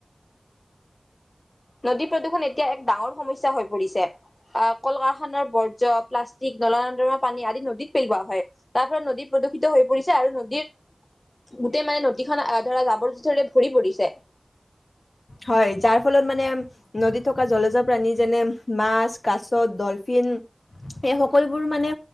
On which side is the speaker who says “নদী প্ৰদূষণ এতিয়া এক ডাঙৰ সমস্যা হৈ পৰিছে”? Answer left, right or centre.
Left